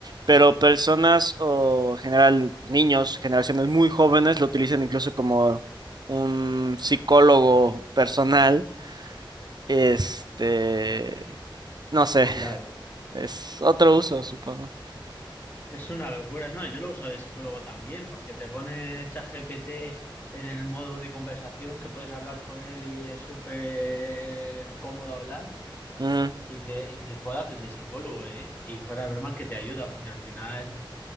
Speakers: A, on the right; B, on the left.
A: pero personas o en general niños, generaciones muy jóvenes lo utilizan incluso como un psicólogo personal, este, no sé,
B: claro.
A: es otro uso, supongo.
B: Es una locura, no, yo lo uso de psicólogo también, porque te pones ChatGPT en el modo de conversación que puedes hablar con él y es súper cómodo hablar
A: Ujú,
B: y te, y te puede hacer de psicólogo, ¿eh? Y fuera de bromas que te ayuda, porque al final